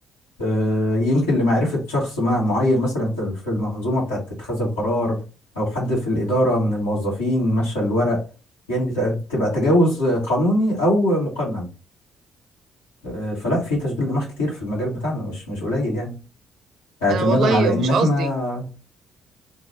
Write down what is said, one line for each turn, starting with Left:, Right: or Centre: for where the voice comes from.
Left: آه، يمكن لمعرفة شخص ما معين مثلا في في المنظومة بتاعة اتخاذ القرار او حد في الإدارة من الموظفين مشى الورق يعني بت- بتبقى تجاوز قانوني او مقنن آه، فلا في تشغيل دماغ كتير في المجال بتاعنا مش مش قليل يعني اعتمادا
Right: انا والله
Left: على
Right: مش
Left: ان احنا
Right: قصدي